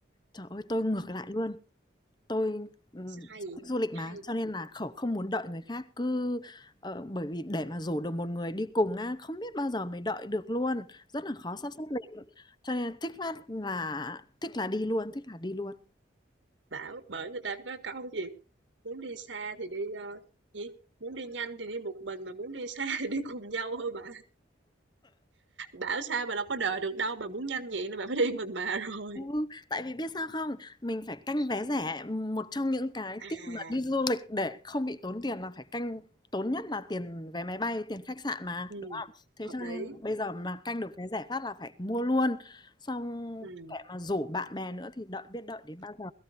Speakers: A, on the left; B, on the right.
A: trời ơi, tôi ngược lại luôn, tôi ừm,
B: sao
A: sở
B: hay
A: thích
B: vậy?
A: du lịch mà,
B: Hay
A: cho nên là khẩu không muốn đợi người khác, cứ ờ, bởi vì để mà rủ được một người đi cùng á, không biết bao giờ mới đợi được luôn, rất là khó sắp xếp lịch, cho nên thích phát là thích là đi luôn, thích là đi luôn.
B: Bảo bởi người ta có câu gì, muốn đi xa thì đi, ơ gì, muốn đi nhanh thì đi một mình, mà muốn đi xa thì đi cùng nhau thôi bà. Bảo sao bà đâu có đợi được đâu, bà muốn nhanh vậy nên bà phải đi mình bà <laughs> rồi.
A: Ừ, tại vì biết sao không? Mình phải canh vé rẻ, một trong những cái
B: À,
A: tip mà đi du lịch để không bị tốn tiền là phải canh tốn nhất là tiền vé máy bay, tiền khách sạn mà.
B: ừm,
A: Thế
B: hợp
A: cho nên
B: lý,
A: bây giờ mà canh được vé rẻ phát là phải mua luôn. Xong
B: ừm, ừ,
A: kẻ mà rủ bạn bè nữa thì đợi biết đợi đến bao giờ.